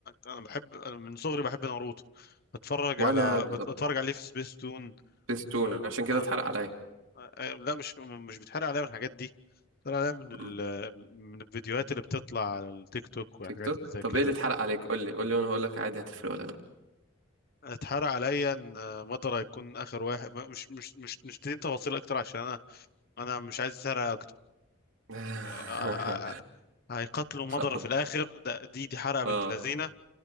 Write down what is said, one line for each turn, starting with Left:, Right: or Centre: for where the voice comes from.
Left: انا بحب أنا من صغري بحب ناروتو بتفرج
Right: وأنا
Left: على
Right: بالظبط
Left: بت- بتفرج عليه في سبيس تون
Right: بستون
Left: و... آه...
Right: عشان كده اتحرق عليا
Left: آه... آه، لا مش مش بيتحرق عليا من الحاجات دي بيتحرق عليا من
Right: مم.
Left: ال... من الفيديوهات اللي بتطلع على التيك توك والحاجات
Right: تيك توك
Left: اللي زي
Right: طب
Left: كده
Right: إيه اللي اتحرق عليك قول لي قول لي وأنا هقول لك عادي هتفرق ولا
Left: اتحرق عليا ان آه، مضرة يكون اخر واحد ما- مش مش مش مش تدين تفاصيل اكتر عشان انا انا مش عايز اسرق
Right: لأ
Left: آه، هيقتلوا مضرة
Right: <laughs> خلاص
Left: في الآخر ده دي دي حرقة بنت
Right: اه
Left: لذينة